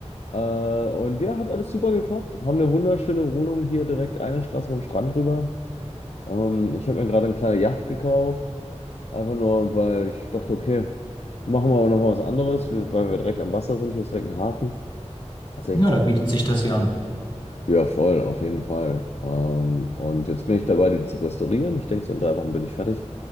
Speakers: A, on the left (about 65°); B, on the left (about 40°).
A: Äh, und ja, hat alles super geklappt. Haben eine wunderschöne Wohnung hier direkt eine Straße vom Strand rüber. Ähm, ich habe mir gerade eine kleine Yacht gekauft, einfach nur, weil ich dachte, okay, machen wir aber nochmal was anderes, wir- weil wir direkt am Wasser sind. Hier ist direkt ein Hafen. 60.
B: Ja, da bietet sich das ja an.
A: Ja, voll, auf jeden Fall. Ähm, und jetzt bin ich dabei, die zu restaurieren. Ich denke, so in drei Wochen bin ich fertig.